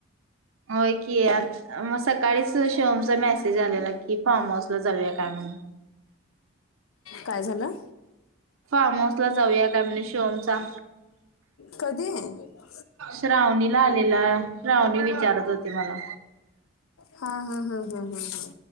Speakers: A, on the right; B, on the left.
A: होय की मग सकाळीच शिवमचा मेसेज आलेला की फॉर्म हऊस जाऊया काय म्हणून
B: काय झालं
A: फार्म हाऊस ला जाऊया काय म्हणे शिवमचा.
B: कधी हा
A: श्रावणीला आलेला श्रावणी विचारत होती मला.
B: हा हा हा हा हा हा.